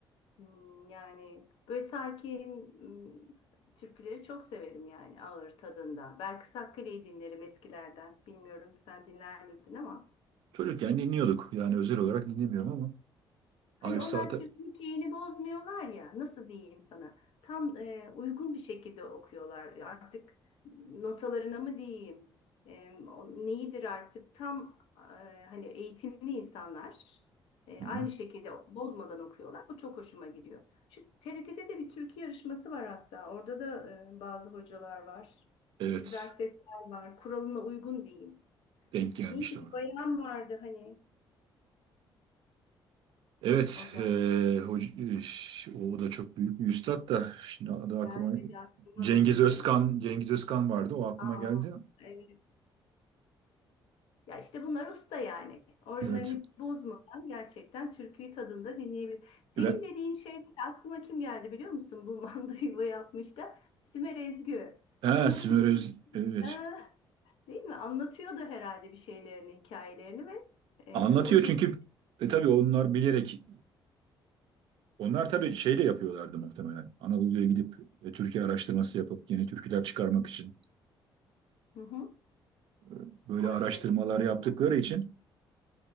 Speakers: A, on the left; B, on the right.
A: Hmm, Yani böyle sakin hmm, türküleri çok severim yani ağır tadında. Belki Sakkale'yi dinlerim eskilerden. Bilmiyorum sen dinler miydin ama.
B: Çocukken dinliyorduk. Yani özel olarak dinlemiyorum ama
A: Hani
B: Arif
A: onlar
B: Saat'e
A: Türk'ün keyini bozmuyorlar ya nasıl diyeyim sana tam e, uygun bir şekilde okuyorlar Ya artık notalarına mı diyeyim e, o neyidir artık tam e, hani eğitimli insanlar e,
B: Hı hı.
A: aynı şekilde bozmadan okuyorlar bu çok hoşuma gidiyor. Şu TRT'de de bir türkü yarışması var hatta orada da e, bazı hocalar var
B: Evet.
A: E, güzel sesler var kuralına uygun diyeyim.
B: Denk gelmişti
A: Neydi
B: ona.
A: bir bayan vardı hani
B: Evet.
A: hocam
B: E, hoc- e, o da çok büyük bir üstad da şimdi adı aklıma
A: gelmedi aklıma
B: Cengiz
A: benim
B: Özkan
A: de
B: Cengiz Özkan vardı. O aklıma
A: Aa,
B: geldi.
A: evet. Ya işte bunlar usta yani. Orijinalini
B: Evet.
A: bozmadan gerçekten türküyü tadında dinleyebilir. Senin
B: ve
A: dediğin şey aklıma kim geldi biliyor musun? Bu <laughs> manda yuva yapmış da Sümer Ezgü.
B: Ha,
A: Sanırım
B: Smöröz
A: bu
B: evet.
A: Aa, değil mi? Anlatıyordu herhalde bir şeylerini, hikayelerini ve e,
B: Anlatıyor
A: o şekilde
B: çünkü e, tabii onlar bilerek e, onlar tabii şey de yapıyorlardı muhtemelen. Anadolu'ya gidip e, Türkiye araştırması yapıp yeni türküler çıkarmak için
A: hı hı,
B: e, böyle
A: orijinalini
B: araştırmalar
A: buldu.
B: yaptıkları için